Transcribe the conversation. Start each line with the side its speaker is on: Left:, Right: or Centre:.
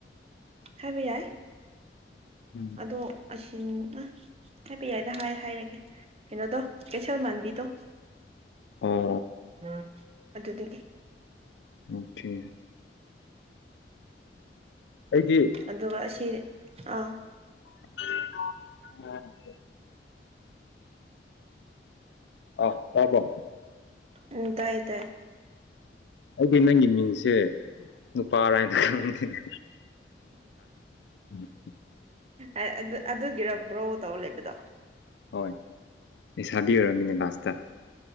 Right: ꯍꯥꯏꯕ ꯌꯥꯏ
Left: ꯎꯝ
Right: ꯑꯗꯣ ꯑꯁꯤ ꯑ ꯍꯥꯏꯕ ꯌꯥꯏꯗ ꯍꯥꯏ ꯍꯥꯏꯔꯒꯦ ꯀꯩꯅꯣꯗꯣ ꯀꯩꯊꯦꯜ ꯃꯥꯟꯕꯤꯗꯣ
Left: ꯑꯣ
Right: ꯎꯝ ꯑꯗꯨꯗꯒꯤ
Left: ꯑꯣꯀꯦ ꯑꯩꯗꯤ
Right: ꯑꯗꯨꯒ ꯑꯁꯤ ꯑꯥ
Left: <inaudible> ꯑ ꯇꯕ꯭ꯔꯣ
Right: ꯎꯝ ꯇꯥꯏꯌꯦ ꯇꯥꯏꯌꯦ
Left: ꯑꯩꯗꯤ ꯅꯪꯒꯤ ꯃꯤꯡꯁꯦ ꯅꯨꯄꯥ ꯔꯥꯏꯅ ꯈꯟꯂꯨꯔꯤꯅꯦ <unintelligible>
Right: ꯑ ꯑꯗꯨ ꯑꯗꯨꯒꯤꯔ ꯕ꯭ꯔꯣ ꯇꯧꯔ ꯂꯩꯕꯗꯣ
Left: ꯍꯣꯏ ꯂꯩꯁꯥꯕꯤ ꯑꯣꯏꯔꯝꯃꯤꯅꯦ ꯂꯥꯁꯇ